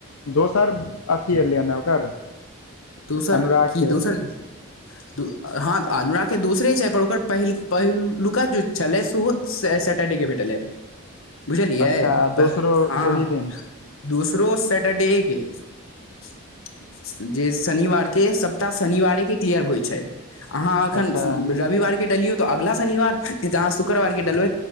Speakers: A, on the left; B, on the left.
A: दोसर अथी एले न ओकर
B: दोसर
A: अनुरागके
B: की दोसर <inaudible> हँ <unintelligible> अनरा क के दोसरे छै पर ओकर <unintelligible> पहिल पहिलुका जे छलै सेहो से सटरडे के भेटलै <inaudible> बुझलियै
A: अच्छा
B: <unintelligible>
A: आ दोसरो
B: हँ
A: ओही दिन
B: दूसरो सटरडे ए केँ हे <unintelligible> जे शनिवार केँ सप्ताह शनिवारे केँ क्लियर होइ छै अहाँ अखन
A: अच्छा
B: रविवार केँ डालियौ अगला शनिवार जहाँ शुक्रवार केँ डलबै